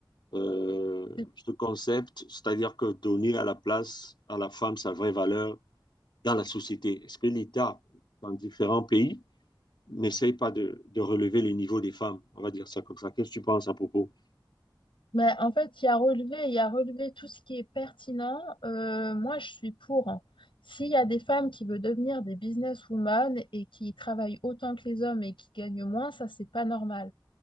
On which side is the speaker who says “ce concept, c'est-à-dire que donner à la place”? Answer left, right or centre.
Left